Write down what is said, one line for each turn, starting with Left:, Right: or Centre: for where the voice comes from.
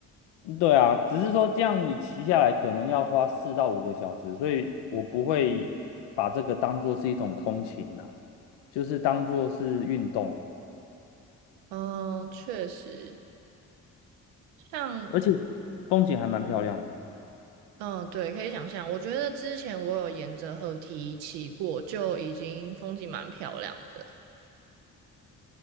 Left: 对啊，只是说这样你骑下来可能要花四到五个小时，所以我不会把这个当做是一种通勤啊，就是当做是运动，
Right: 嗯，确实，像
Left: 而且风景还蛮漂亮的。
Right: 嗯，对，可以想象。我觉得之前我有沿着河堤骑过，就已经风景蛮漂亮的。